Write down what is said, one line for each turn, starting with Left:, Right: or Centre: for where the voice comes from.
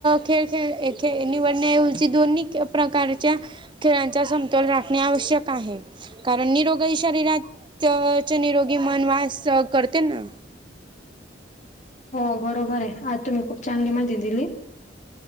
Right: खेळ खेळ खे निवडण्याऐवजी दोन्ही प्रकारच्या खेळांचा समतोल राखणे आवश्यक आहे. कारण निरोगाई शरीरातच निरोगी मन वास करते ना.
Left: हो बरोबर ये आज तुम्ही खूप चांगली माहिती दिली.